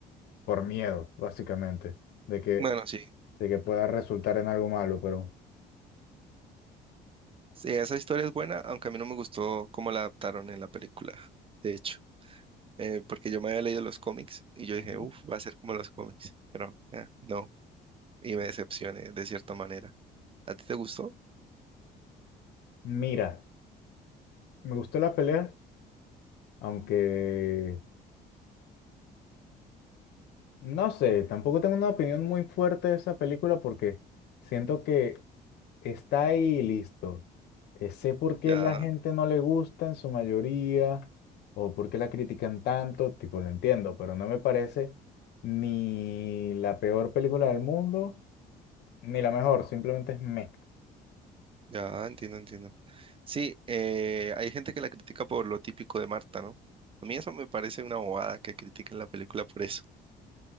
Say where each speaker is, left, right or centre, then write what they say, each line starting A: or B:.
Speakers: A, on the left; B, on the right.
A: por miedo, básicamente, de que,
B: Bueno, sí.
A: de que pueda resultar en algo malo, pero...
B: Sí, esa historia es buena, aunque a mí no me gustó cómo la adaptaron en la película, de hecho. Eh, porque yo me había leído los cómics y yo dije,
A: Ujú.
B: uff, va a ser como los cómics. Pero eh, no. Y me decepcioné de cierta manera. ¿A ti te gustó?
A: Mira, Me gustó la pelea, aunque no sé, tampoco tengo una opinión muy fuerte de esa película porque siento que está ahí y listo. Eh, sé por qué
B: Ya,
A: la gente no le gusta en su mayoría o por qué la critican tanto, tipo lo entiendo, pero no me parece ni la peor película del mundo ni la mejor, simplemente es me.
B: ya, entiendo, entiendo. Sí, eh, hay gente que la critica por lo típico de Marta, ¿no? A mí eso me parece una bobada que critiquen la película por eso.